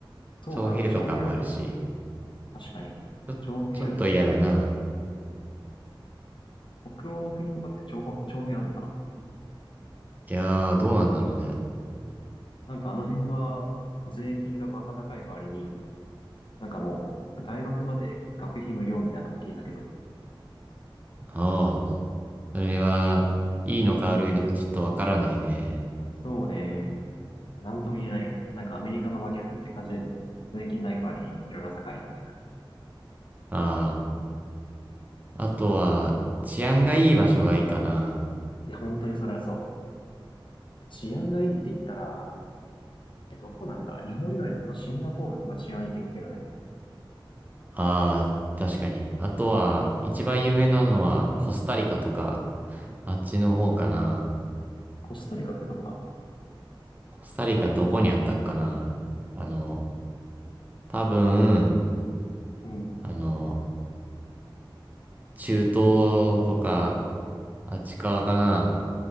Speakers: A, on the left (about 65°); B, on the right (about 20°).
A: そうだ、
B: 徴兵とかもあるし、
A: 徴兵あるんだ。確かに。
B: ちょ、
A: 徴兵あるな、
B: ちょっと嫌だな。
A: 確かに。北欧の国とかって徴兵、徴兵あるのかな
B: いやー、どうなんだろうね。
A: なんかあの辺は、税金がバカ高い代わりに、なんかもう、大学まで学費無料みたいなの聞いたけど、
B: ああ。それは、いいのか悪いのかちょっとわからないね。
A: そうね。なんとも言えないよね。なんかアメリカの真逆って感じだよね。税金ない代わりにいろいろ高いみたいな。
B: ああ。あとは、治安がいい場所がいいかな。
A: いや、本当にそれはそう。治安がいいって言ったら、え、どこなんだ日本以外だとシンガポールとか治安いいって聞くけどね。
B: ああ、確かに。あとは、一番有名なのは、コスタリカとか、あっちの方かな。
A: コスタリカってどこだ
B: コスタリカどこにあったっかな。あの、多分、
A: うん。
B: あの、中東とか、あっち側かな。